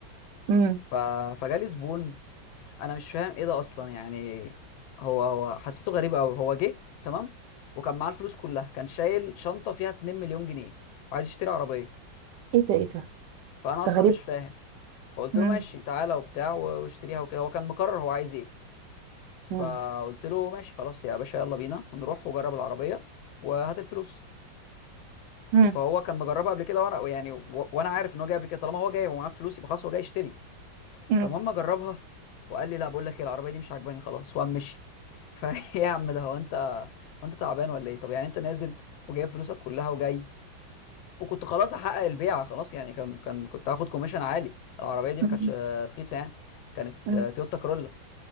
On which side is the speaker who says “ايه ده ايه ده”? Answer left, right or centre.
Right